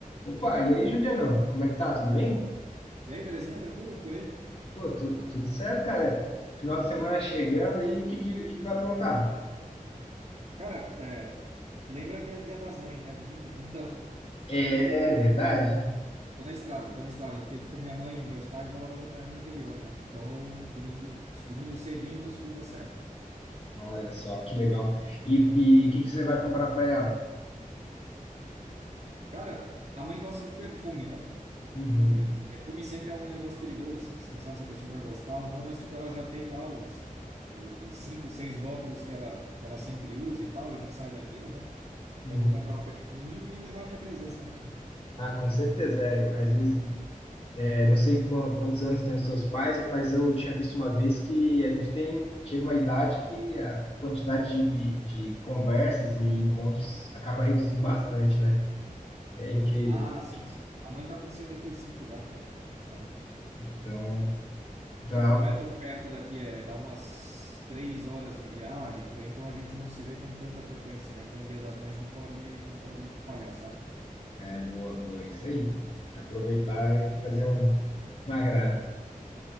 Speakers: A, on the left (about 40°); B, on the right (about 55°).
A: Opa, e aí, Juliano? Como é que tá? Tudo bem?
B: E aí, belezinha? Tranquilo por aí?
A: Pô, tu- tudo certo, cara. Final de semana chegando e o que, que, que que vai aprontar?
B: Cara, é, lembra que é Dia das Mães, né? Domingo? Então, <laughs>
A: É
B: então tô,
A: verdade?
B: tô na estrada, tô na estrada, porque, tipo, minha mãe e meus pais moram, é, no interior, né? Então, eu, domingo, domingo cedinho, eu tô subindo a serra.
A: Olha só, que legal. E e o que, que você vai comprar para ela?
B: Cara, a mãe gosta de perfume, né?
A: Uhum,
B: E, e perfume sempre é um negócio perigoso, assim, que você não sabe se a pessoa vai gostar ou não, mas, tipo, ela já tem lá os, o- os cinco, seis rótulos que ela, que ela sempre usa e tal, e não sai daquilo, né?
A: uhum.
B: Então, eu vou comprar um perfuminho e levar minha presença, né?
A: Ah, com certeza. É, às vezes, é, não sei qu- quantos anos tem os seus pais, mas eu tinha visto uma vez que a gente tem, chega uma idade que a quantidade de, de conversas e encontros acaba reduzindo bastante, né? É incrível.
B: Ah, sim, sim. A mãe tá com 75 já, cara, né?
A: Então, então
B: E tipo,
A: é algo
B: não é tão perto daqui, é, dá umas três horas de viagem por aí, então a gente não se vê com tanta frequência, né? Então o Dia das Mães não pode, não pode falhar, sabe?
A: É boa, boa, isso aí. Que aproveitar e fazer um, uma graça.